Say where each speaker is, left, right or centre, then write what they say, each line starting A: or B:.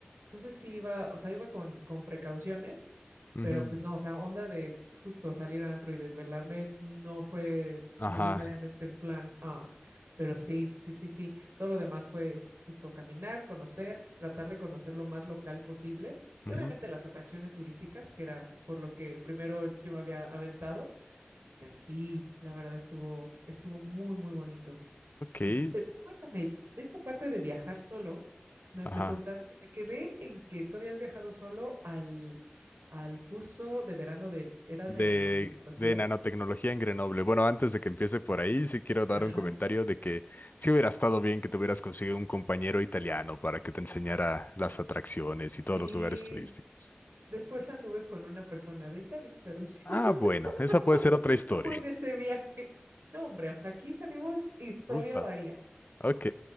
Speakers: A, on the right; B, on the left.
A: Entonces sí iba, o sea, iba con, con precauciones
B: Ujú.
A: pero pues no, o sea, onda de justo salir a antro y desvelarme no fue
B: Ajá,
A: necesariamente el plan. Ah, pero sí, sí, sí, sí. Todo lo demás fue justo caminar, conocer, tratar de conocer lo más local posible y
B: ujú,
A: obviamente las atracciones turísticas, que era por lo que primero yo me había aventado, pero sí, la verdad estuvo estuvo muy muy bonito.
B: ok,
A: Y pero cuéntame, de esta parte de viajar solo, me,
B: ajá.
A: me contaste, me quedé en que tú habías viajado solo al, al curso de verano de, era
B: de,
A: de nanotecnología.
B: de nanotecnología en Grenoble. Bueno, antes de que empiece por ahí, sí quiero dar
A: Ajá.
B: un comentario de que sí hubiera estado bien que te hubieras conseguido un compañero italiano para que te enseñara las atracciones
A: Sí.
B: y todos los lugares turísticos.
A: Después anduve con una persona de Italia, pero sí,
B: Ah,
A: <laughs>
B: bueno, esa puede ser otra historia.
A: no fue en ese viaje. No, hombre, o sea, aquí salimos historia
B: Ufas.
A: varia.
B: Ok,